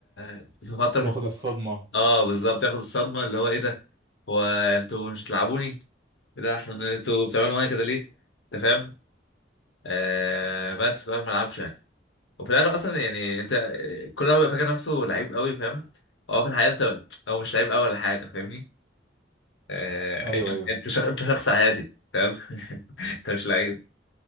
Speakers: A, on the left; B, on the right.
A: آه في فترة مف...
B: ياخد الصدمة
A: اه بالظبط ياخد الصدمة اللي هو ايه ده هو انتوا مش بتلعبوني إيه ده احنا انتوا بتعملوا معايا كده ليه انت فاهم آه بس فاهم ما لعبش يعني وفي الاخر اصلا يعني انت آه، كل واحد بيبقى فاكر نفسه لعيب قوي فاهم هو في الحقيقة انت هو مش لعيب قوي ولا حاجة فاهمني آه،
B: ايوه
A: يعني
B: ايوه
A: انت شخ... انت شخص عادي فاهم <laughs> انت مش لعيب